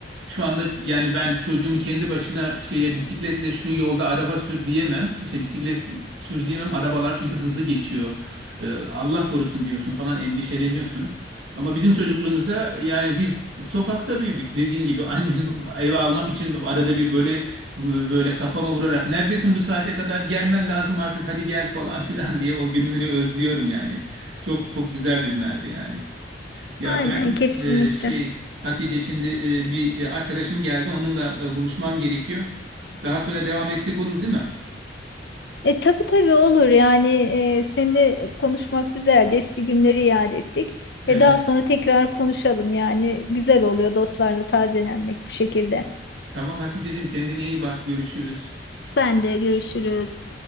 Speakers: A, on the right (about 75°); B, on the left (about 60°).
A: Şu anda yani ben çocuğumu kendi başına şeye bisikletle şu yolda araba sür diyemem. İşte bisiklet sür diyemem. Arabalar çünkü hızlı geçiyor. E, Allah korusun diyorsun falan endişeleniyorsun. Ama bizim çocukluğumuzda yani biz sokakta büyüdük. Dediğin gibi annem <laughs> eve almak için arada bir böyle Böyle kafama vurarak neredesin bu saate kadar gelmen lazım artık hadi gel falan <laughs> filan diye o günleri özlüyorum yani. Çok çok güzel günlerdi yani. Ya
B: Aynen
A: ben
B: kesinlikle.
A: e, şey Hatice şimdi e, bir e, arkadaşım geldi onunla e, buluşmam gerekiyor. Daha sonra devam etsek olur değil mi?
B: E tabii tabii olur yani e, seninle konuşmak güzeldi. Eski günleri yad ettik.
A: Evet.
B: Ve daha sonra tekrar konuşalım yani güzel oluyor dostlarla tazelenmek bu şekilde.
A: Tamam Haticeciğim kendine iyi bak görüşürüz.
B: Ben de görüşürüz.